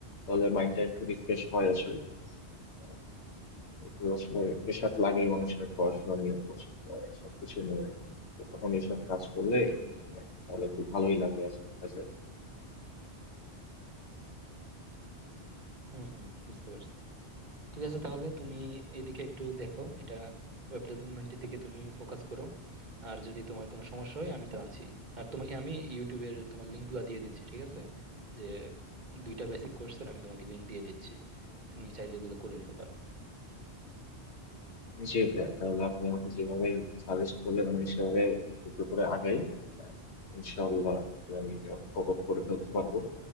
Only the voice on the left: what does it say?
তাহলে মাইন্ডটা একটু রিফ্রেশ হয় আসলে আহ, একটু আসলে প্রেশার লাগে অনেক সময় পড়াশোনা নিয়ে বা আহ, সবকিছু নিয়ে তো তখন এইসব কাজ করলে আহ, তাহলে একটু ভালোই লাগে আসলে কাজে
জি ভাইয়া তাহলে আপনি আমাকে যেভাবে সাজেস্ট করলেন আমি সেভাবে একটু একটু করে আগাই আহ, ইনশাআল্লাহ আমি এটা কপ আপ করে ফেলতে পারবো